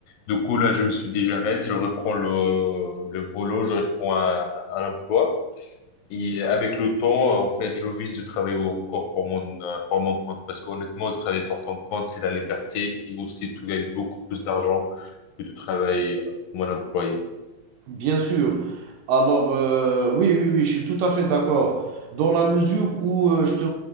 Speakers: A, on the left; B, on the right.
A: Du coup, là, je me suis dit, j'arrête, je reprends le, le boulot, je reprends un, un emploi. Et avec le temps, en fait, je vise de travailler encore pour mon, euh, pour mon compte. Parce qu'honnêtement, de travailler pour ton compte, c'est la liberté et aussi tu gagnes beaucoup plus d'argent que de travailler comme un employé.
B: Bien sûr. Alors, euh, oui, oui, oui, je suis tout à fait d'accord. Dans la mesure où euh, je te